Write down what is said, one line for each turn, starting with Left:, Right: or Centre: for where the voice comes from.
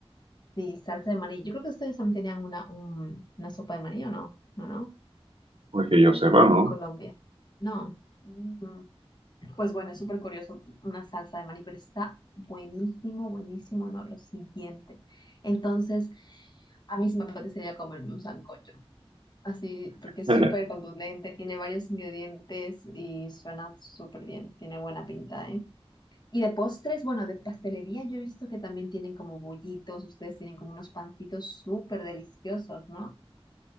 Left: Sí, salsa de maní. Yo creo que ustedes también tenían una, un- una sopa de maní, ¿o no? No, no.
Right: pues que yo sepa, ¿no?
Left: En Colombia. No. Mm, Pues bueno, es súper curioso una salsa de maní, pero está buenísimo, buenísimo, ¿no? Lo siguiente. Entonces, a mí sí me apetecería comerme un sancocho. Así, porque es
Right: <laughs>
Left: súper contundente, tiene varios ingredientes y suena súper bien. Tiene buena pinta, ¿eh? Y de postres, bueno, de pastelería, yo he visto que también tienen como bollitos, ustedes tienen como unos pancitos súper deliciosos, ¿no?